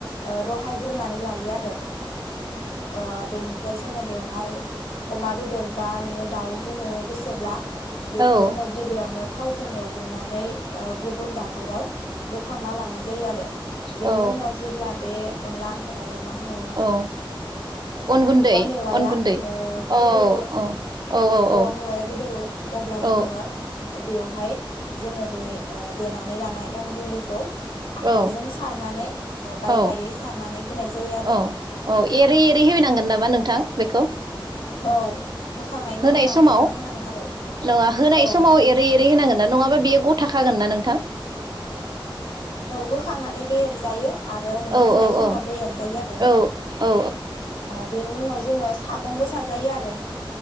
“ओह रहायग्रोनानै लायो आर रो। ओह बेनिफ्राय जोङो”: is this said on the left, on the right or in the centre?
Left